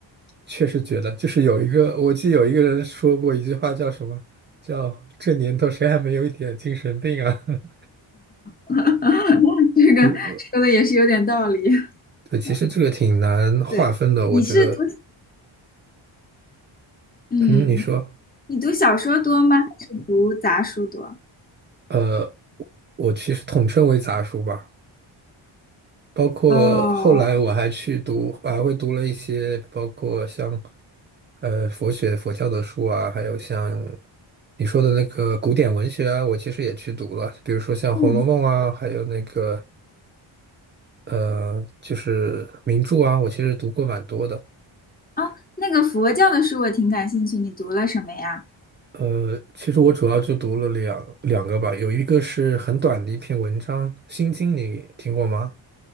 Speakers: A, on the right (about 25°); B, on the left (about 20°).
A: 确实觉得，就是有一个，我记得有一个人说过一句话，叫什么？叫这年头谁还没有一点精神病啊？<laughs>
B: <laughs> 这个说的也是有点道理。
A: 不是，对，其实这个挺难划分的，
B: 嗯对，你是读，
A: 我觉得。
B: 嗯，
A: 嗯，你说。
B: 你读小说多吗？还是读杂书多？
A: 呃，我其实统称为杂书吧，包括后来我还去读，
B: 哦哦，
A: 还会读了一些，包括像呃佛学、佛教的书啊，还有像你说的那个古典文学啊，我其实也去读了，比如说像《红楼梦》啊，
B: 嗯，
A: 还有那个呃就是名著啊，我其实读过蛮多的。
B: 啊，那个佛教的书我挺感兴趣，你读了什么呀？
A: 呃，其实我主要就读了两两个吧，有一个是很短的一篇文章，《心经》，你听过吗？